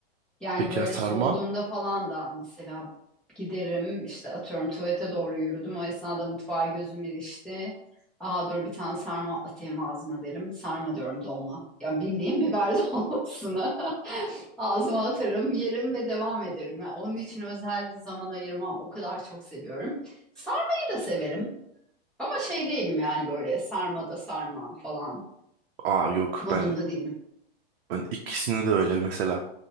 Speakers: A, in the centre; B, on the right.
A: Yani
B: Peki
A: böyle
B: ya sarma?
A: soğuduğunda falan da mesela giderim işte atıyorum tuvalete doğru yürüdüm. O esnada mutfağa gözüm ilişti. Aa dur bir tane sarma atayım ağzıma derim. Sarma diyorum dolma. Yani bildiğim biber <laughs> dolmasını ağzıma atarım, yerim ve devam ederim. Yani onun için özel bir zaman ayırmam. O kadar çok seviyorum. Sarmayı da severim. Ama şey değilim yani böyle sarma da sarma falan
B: Aa yok
A: modunda
B: ben
A: değilim.
B: Ben ikisini de öyle mesela.